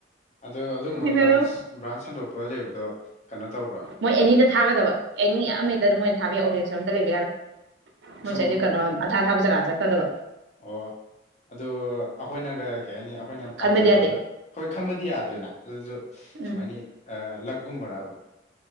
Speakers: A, on the left; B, on the right.
A: ꯑꯗꯣ ꯑꯗꯨꯒꯨꯝꯕ
B: ꯏꯟꯅꯔꯣ
A: ꯕ꯭ꯔꯥꯟꯁ ꯕ꯭ꯔꯥꯟꯁ ꯁꯟꯗꯣꯛꯄ ꯂꯩꯕꯗꯣ ꯀꯩꯅꯣ ꯇꯧꯕ꯭ꯔ
B: ꯃꯣꯏ ꯑꯦꯅꯤꯗ ꯊꯥꯒꯗꯕ ꯑꯦꯅꯤ ꯑꯃꯍꯦꯛꯇꯗ ꯃꯣꯏꯅ ꯊꯥꯕ ꯌꯥꯏ ꯑꯣꯞꯖꯦꯛꯁꯟ ꯑꯝꯇ ꯂꯩꯕ ꯌꯥꯔꯣꯏ ꯃꯣꯏꯁꯦ
A: ꯁꯨꯝ
B: ꯑꯩ ꯀꯩꯅꯣ ꯊꯥ ꯊꯥꯕ ꯖꯒꯥ ꯆꯠꯀꯗꯕ
A: ꯑꯣ ꯑꯗꯨ ꯑꯩꯈꯣꯏꯅꯒ ꯀꯩ ꯍꯥꯏꯅꯤ ꯑꯩꯈꯣꯏꯅ ꯄꯥꯝꯖꯕꯗ
B: ꯈꯟꯕꯗꯤ ꯌꯥꯗꯦ
A: ꯍꯣꯏ ꯈꯟꯕꯗꯤ ꯌꯥꯗ꯭ꯔꯦꯅ ꯑꯗꯨꯁꯨ
B: ꯎꯝ
A: ꯁꯨꯃꯥꯏꯅ ꯂꯛꯀꯨꯝꯕꯔꯕ